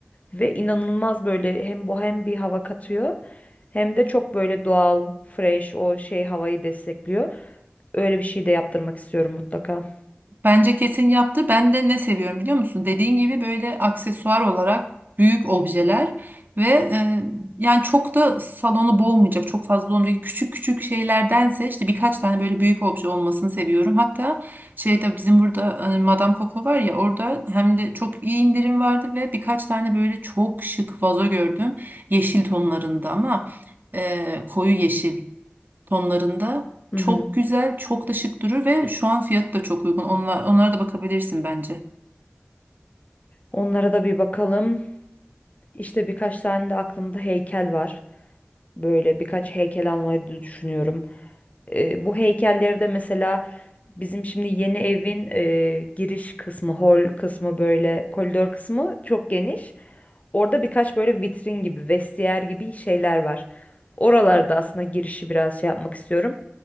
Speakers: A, on the left; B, on the right.
A: ve inanılmaz böyle hem bohem bir hava katıyor hem de çok böyle doğal, fresh o şey havayı destekliyor. Öyle bir şey de yaptırmak istiyorum mutlaka.
B: Bence kesin yaptı. Ben de ne seviyorum biliyor musun? Dediğin gibi böyle aksesuar olarak büyük objeler ve e, yani çok da salonu boğmayacak, çok fazla olmayacak küçük küçük şeylerdense işte birkaç tane böyle büyük obje olmasını seviyorum. Hatta şeyde bizim burada e, Madame Coco var ya orada hem de çok iyi indirim vardı ve birkaç tane böyle çok şık vazo gördüm. Yeşil tonlarında ama e, koyu yeşil. tonlarında.
A: Hı
B: Çok
A: hı.
B: güzel, çok da şık durur ve şu an fiyatı da çok uygun. Onlar, onlara da bakabilirsin bence.
A: Onlara da bir bakalım. İşte birkaç tane de aklımda heykel var. Böyle birkaç heykel almayı da düşünüyorum. E, bu heykelleri de mesela bizim şimdi yeni evin e, giriş kısmı, hol kısmı böyle koridor kısmı çok geniş. Orada birkaç böyle vitrin gibi, vestiyer gibi şeyler var. Oralarda aslında girişi biraz şey yapmak istiyorum.